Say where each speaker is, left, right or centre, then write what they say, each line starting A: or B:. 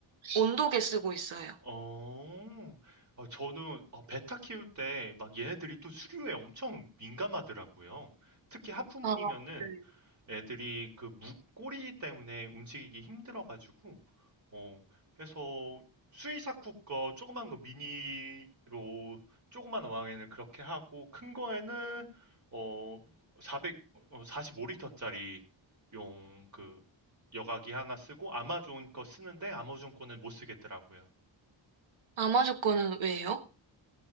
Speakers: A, on the right; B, on the right.
A: 온도계 쓰고 있어요.
B: 어, 어, 저는 어, 베타 키울 때 막 얘네들이 또 수류에 엄청 민감하더라고요. 특히 하프문이면은
A: 아, 네.
B: 애들이 그 무- 꼬리 때문에 움직이기 힘들어가지고 어 해서 수이사쿠 거 조그만 거 미니로 조그만 어항에는 그렇게 하고 큰 거에는 어 4 0 45리터짜리 용 그 여과기 하나 쓰고 아마존 거 쓰는데 아마존 거는 못 쓰겠더라고요.
A: 아마조 거는 왜요?